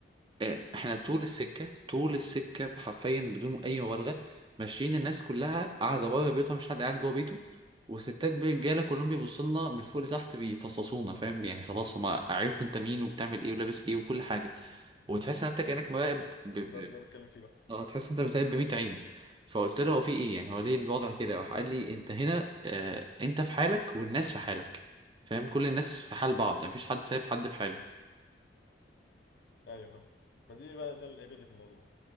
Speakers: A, on the right (about 25°); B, on the left (about 55°).
A: آه، احنا طول السكة طول السكة حرفيا بدون أي مبالغة ماشيين الناس كلها قاعدة بره بيوتها مش حد قاعد جوه بيته وستات برجالة كلهم بيبصوا لنا من فوق لتحت بيفصصونا فاهم يعني خلاص هما عرفوا انت مين وبتعمل ايه ولابس ايه وكل حاجة وتحس ان انت كأنك مراقب ب...
B: بالظبط
A: ب-
B: ده بتكلم فيه بقى
A: اه تحس ان انت بتراقب بمية عين فقلت له هو في ايه يعني هو ليه الوضع كده راح قال لي انت هنا آه انت في حالك والناس في حالك فاهم كل الناس في حال بعض يعني مفيش حد سايب حد في حاله
B: ايوه فاهم ما دي بقى ده العيب اللي في الموضوع